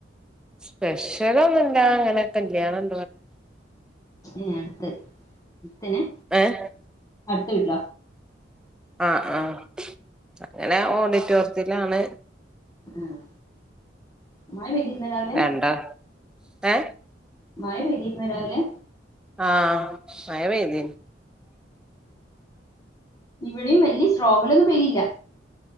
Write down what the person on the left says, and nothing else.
ഏഹ് അട്ത്തഹ് പിന്നെ
അട്ത്ത വീട്ട്ലോ?
ആഹ് മഴ പെയ്തിരുന്നോ രാവിലെ
മഴ പെയ്തിർന്നോരാവിലെ?
ഇവിടെ വെല്യ സ്ട്രോങ്ങി ലൊന്നും പേയ്തില്ല